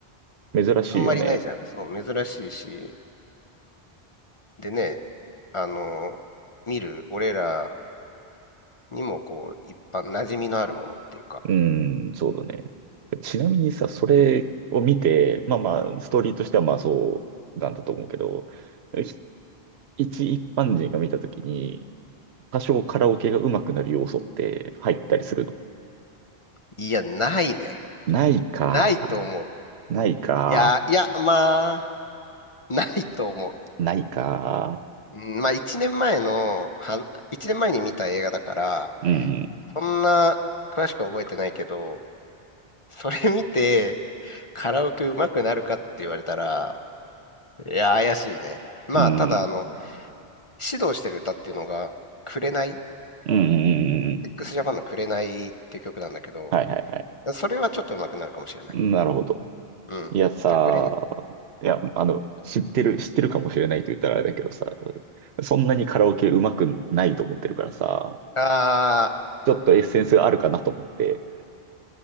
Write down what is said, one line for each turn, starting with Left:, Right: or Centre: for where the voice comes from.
Right: 珍しいよね。
Left: あんまりないじゃん。そう、珍しいし。でね、あの、見る俺らにも、こう、一般馴染みのあるものっていうか。
Right: うん、そうだね。ちなみにさ、それを見て、まあまあ、ストーリーとしてはまあそうなんだと思うけど、ひ一一般人が見たときに、多少カラオケが上手くなる要素って入ったりするの
Left: いや、ないね。
Right: ないか。
Left: ないと思う。
Right: ないか。
Left: いや、いや、まあ、ないと思う。
Right: ないか。
Left: うんまあ、1年前の、は、1年前に見た映画だから、
Right: うん。
Left: そんな詳しくは覚えてないけど、それ見てカラオケ上手くなるかって言われたら、いや、怪しいね。まあ、
Right: うん。
Left: ただ、あの、指導してる歌っていうのが、紅
Right: うん。うん。うん
Left: ?XJAPAN の紅っていう曲なんだけど、
Right: はいはいはい。
Left: それはちょっと上手くなるかもしれない。
Right: なるほど。
Left: うん。
Right: いやさ、
Left: だから紅、
Right: いや、あの、知ってる、知ってるかもしれないと言ったらあれだけどさ、そんなにカラオケ上手くないと思ってるからさ、
Left: ああ、
Right: ちょっとエッセンスがあるかなと思って、